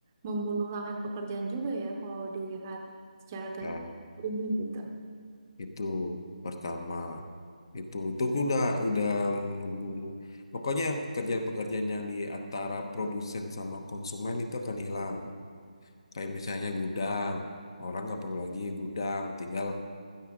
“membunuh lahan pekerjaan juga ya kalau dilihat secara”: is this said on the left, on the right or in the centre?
Right